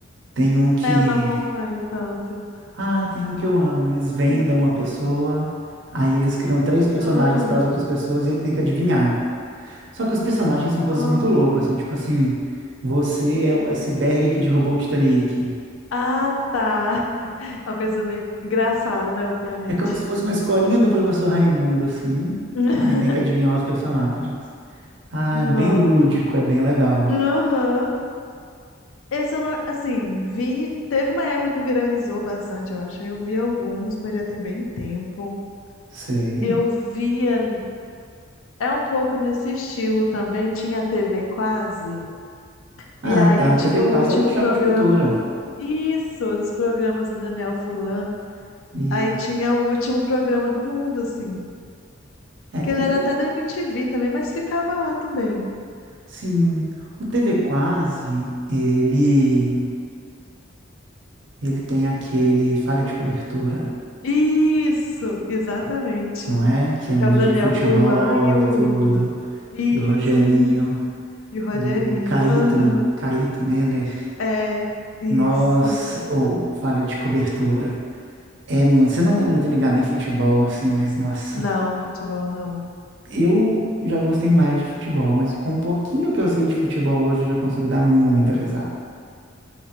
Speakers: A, on the right; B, on the left.
A: Tem um que.
B: É, eu não acompanho tanto.
A: Ah, tem um que eu amo. Eles vendam uma pessoa, aí eles criam três personagens
B: Ah,
A: para as outras pessoas e ele tem que adivinhar. Só que os personagens são coisas
B: ó.
A: muito loucas, são tipo assim: você é o iceberg que derrubou o Titanic.
B: Ah, tá. <laughs> É uma coisa meio engraçada, né? Obviamente.
A: É como se fosse uma escolinha do professor Raimundo, assim.
B: <laughs>
A: Aí tem que adivinhar os personagens. Ah,
B: Não.
A: é bem lúdico, é bem legal.
B: Aham. Esse eu não, assim, vi. Teve uma época que viralizou bastante, eu acho. aí Eu vi alguns, mas já tem bem tempo.
A: Sei.
B: Eu via. É, é um pouco nesse estilo também. Tinha a TV Quase.
A: Ah,
B: E aí
A: tá.
B: tinha
A: TV
B: o
A: Quase
B: último
A: é o do Choque
B: programa
A: de Cultura.
B: do mundo. Isso, dos programas do Daniel Furlan.
A: Isso.
B: Aí tinha o último programa do mundo, assim.
A: É,
B: Que ele
A: o
B: era
A: te-
B: até da MTV também, mas ficava lá também.
A: sim, o TV Quase, ele. Ele tem aquele falha de cobertura,
B: Isso, exatamente.
A: não é? Que é
B: Que
A: de
B: é o Daniel
A: futebol
B: Furlan e
A: e
B: o.
A: tudo.
B: Isso,
A: E o Rogerinho,
B: uhum. E o Rogerinho.
A: o Caíto,
B: Aham.
A: Caíto Menner.
B: É, isso.
A: Nossa, ou falha de cobertura. É muito. Você não é muito ligado em futebol, assim, mas nossa.
B: Não, futebol não.
A: Eu já gostei mais de futebol, mas com um pouquinho que eu sei de futebol hoje, eu já consigo dar muita risada.